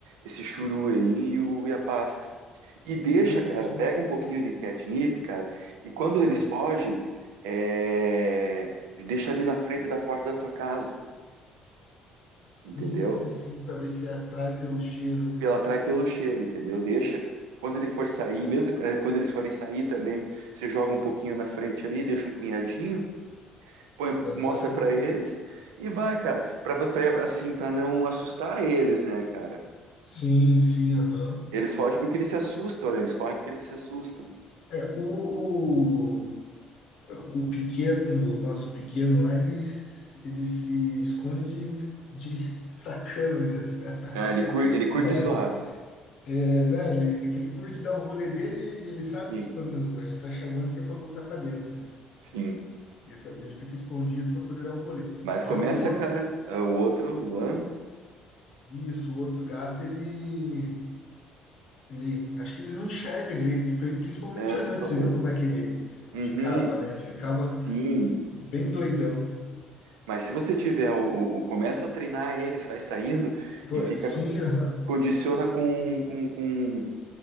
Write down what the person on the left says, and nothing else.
Sim,
sim.
Ah,
Sim, sim, pra ver se atrai pelo cheiro, né?
Aham.
Sim, sim, aham.
É, o, o pequeno, o nosso pequeno lá, ele, se- ele se esconde de, de sacana mesmo.
<laughs>
Mas.
É, né, ele, que ele curte dar o rolê dele e ele sabe
que quando a gente tá chamando que é para botar para dentro.
Ele, fa- ele fica escondido para poder dar o rolê.
Já
o outro,
isso, o outro gato, ele, ele, acho que ele não enxerga direito, pri- principalmente
à
noite.
Você viu como é que ele
ficava, né? Ele ficava
bem doidão.
Foi-
Sim, aham.